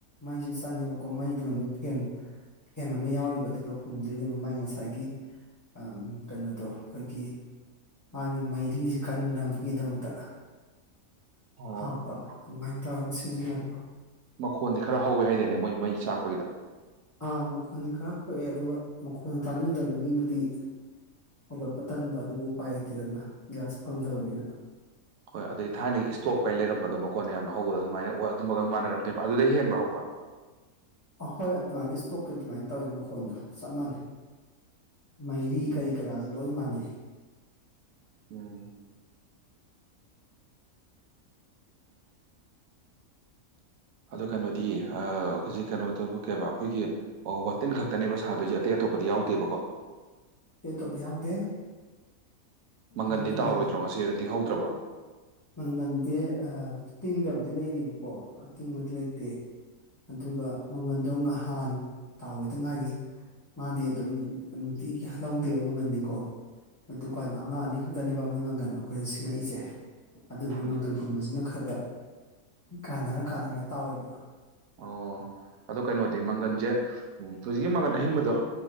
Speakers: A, on the left; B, on the right.
A: ꯃꯩꯖꯨ ꯆꯪꯉꯦꯕꯀꯣ ꯃꯩꯗꯨꯅ ꯃꯨꯛ ꯐꯦꯟ ꯐꯦꯟ ꯑꯃ ꯌꯥꯎꯔꯤꯕ ꯑꯗꯨꯗꯣ ꯍꯨꯝꯗꯣꯏ ꯅꯦꯕ ꯃꯥꯏ ꯉꯁꯥꯏꯒꯤ ꯑꯥꯝ ꯀꯩꯅꯣꯗꯣ ꯈꯣꯏꯒꯤ ꯃꯥꯒꯤ ꯃꯩꯔꯤꯖꯤ ꯀꯟꯅꯕꯒꯤꯗꯃꯛꯇ
B: ꯑꯣ
A: ꯍꯥꯞꯄ ꯑꯗꯨꯃꯥꯏꯟ ꯇꯧꯔꯒ ꯁꯤꯖꯤꯟꯅꯕ
B: ꯃꯈꯣꯟꯗꯤ ꯈꯔ ꯍꯧꯋꯦ ꯍꯥꯏꯗꯥꯏꯅꯦ ꯃꯣꯏ ꯃꯩ ꯆꯥꯛꯄꯒꯤꯗꯣ
A: ꯑꯥ ꯃꯈꯣꯟꯗꯤ ꯈꯔ ꯊꯣꯛꯑꯦ ꯑꯗꯨꯒ ꯃꯈꯣꯟ ꯇꯥꯅꯤꯡꯗꯕꯒꯤꯕꯨꯗꯤ ꯍꯧꯒꯠꯄ ꯇꯟꯕ ꯑꯗꯨꯕꯨ ꯎꯄꯥꯏ ꯂꯩꯇꯦꯗꯅ ꯒ꯭ꯌꯥꯁ ꯐꯪꯗꯕꯅꯤꯅ
B: ꯍꯣꯏ ꯑꯗꯩ ꯊꯥꯏꯅꯒꯤ ꯏꯁꯇꯣꯞ ꯀꯩ ꯂꯩꯔꯝꯕꯗꯣ ꯃꯈꯣꯟꯅ ꯌꯥꯝꯅ ꯍꯧꯕꯗꯣ ꯑꯗꯨꯃꯥꯏꯅ ꯑꯣꯏ ꯑꯗꯨꯝꯕꯒ ꯃꯥꯟꯅꯔꯝꯅꯦꯕ ꯑꯗꯨꯗꯩ ꯍꯦꯟꯕ꯭ꯔꯣ ꯍꯧꯕ
A: ꯑꯍꯣꯏ ꯑꯗꯨꯃꯥꯏꯅ ꯏꯁꯇꯣꯛꯀꯤ ꯗꯨꯃꯥꯏꯅ ꯇꯧꯋꯤ ꯃꯈꯣꯟꯗꯣ ꯆꯞ ꯃꯥꯟꯅꯩ ꯃꯩꯔꯤ
B: ꯎꯝ
A: ꯀꯔꯤ ꯀꯔꯤ ꯇꯦꯔꯥꯖꯨ ꯂꯣꯏ ꯃꯥꯟꯅꯩ
B: ꯎꯝ ꯑꯗꯣ ꯀꯩꯅꯣꯗꯤ ꯑꯥ ꯍꯧꯖꯤꯛ ꯀꯩꯅꯣ ꯗꯨꯕꯨ ꯀꯩꯕ ꯑꯩꯈꯣꯏꯒꯤ ꯑꯣ ꯋꯥꯇꯤꯟ ꯈꯛꯇꯅꯦꯕ ꯁꯥꯗꯣꯏꯖꯦ ꯑꯇꯩ ꯑꯇꯣꯞꯄꯗꯤ ꯌꯥꯎꯗꯦꯕꯀꯣ
A: ꯇꯩ ꯇꯣꯞꯄ ꯌꯥꯎꯗꯦ
B: ꯃꯪꯒꯟꯗꯤ
A: ꯃꯇꯤꯟꯗꯅꯤ
B: ꯇꯥꯔꯣꯏꯗ꯭ꯔꯣ ꯉꯁꯤ ꯇꯤꯡꯍꯧꯗ꯭ꯔꯕꯣ
A: ꯃꯪꯒꯟꯖꯦ ꯑꯥ ꯇꯤꯡꯗꯕꯗꯤ ꯂꯩꯔꯤꯕꯀꯣ ꯑꯇꯤꯡꯕꯗꯤ ꯂꯩꯇꯦ ꯑꯗꯨꯒ ꯃꯪꯒꯟꯗꯣ ꯉꯥꯍꯥꯟ ꯇꯥꯎꯒꯤꯗ ꯉꯥꯏꯔꯤ ꯃꯥꯗꯤ ꯑꯗꯨꯝ ꯅꯨꯡꯇꯤꯒꯤ ꯂꯧꯗꯦꯕ ꯃꯪꯒꯟꯗꯤꯀꯣ ꯗꯨꯀꯥꯟ ꯑꯃ ꯑꯅꯤ ꯈꯛꯇꯅꯦꯕ ꯃꯣꯏ ꯃꯪꯒꯟ ꯑꯈꯣꯏꯗ ꯁꯤꯡꯉꯛꯏꯖꯦ ꯑꯗꯨꯗꯨꯅ
B: ꯎꯝ.
A: ꯃꯪꯒꯟꯒꯨꯝꯕꯖꯤꯅ ꯈꯔꯒ ꯀꯥꯟꯅꯔ ꯀꯥꯟꯅꯔ ꯇꯥꯎꯋꯦꯕ
B: ꯑꯣ ꯑꯗꯣ ꯀꯩꯅꯣꯗꯤ ꯃꯪꯒꯟꯖꯦ ꯎꯝ ꯍꯧꯖꯤꯛꯀꯤ ꯃꯪꯒꯟ ꯑꯍꯤꯡꯕꯗꯣ